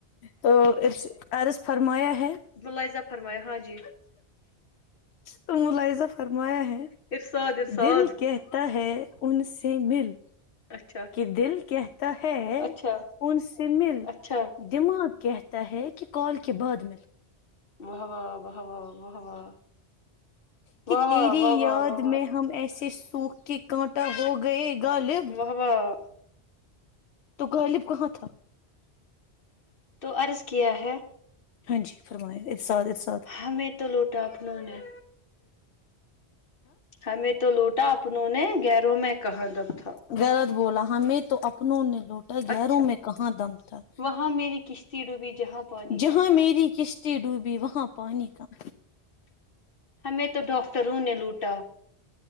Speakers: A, on the left; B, on the left.
A: تو اسے عرض فرمایا ہے
B: ملائزہ فرما ہاں جی
A: تو م ل ازا فرمایا ہے
B: ارساد ارساد
A: دل کہتا ہے ان سے مل
B: اچھا
A: کہ دل کیا ہے
B: اچھا
A: ان سے مل
B: اچھا
A: دماغ کہتا ہے کہ کال کے بعد میںل
B: بہ واہ بہ وا بہ واہ واہ
A: کہ
B: واہ واہ
A: تیری
B: واہ واہ
A: یاد
B: واہ واہ
A: میں ہم ایس اس سکھ کہ کانٹا ہو گئے غالب
B: واہ واہ
A: تو غالب کہاں تھا
B: تو ارض کیا ہے
A: ہاں جی فرما اتاد ساد
B: ہمیں تو لوٹا اپنوں نے ہمیں تو لوٹا اپنوں نے گیروں میں کہاں دب تھا
A: غلط بولا ہ میں تو اپنوں ن لوٹا گیروں
B: اچھا
A: میں کہاں دم تھا
B: وہاں میری کشتی ڈوبی جہاں پانی
A: جہاں
B: کم تھا
A: میری کشتی ڈوبی وہاں پانی کام
B: ہمیں تو ڈاکٹروں نے لوٹا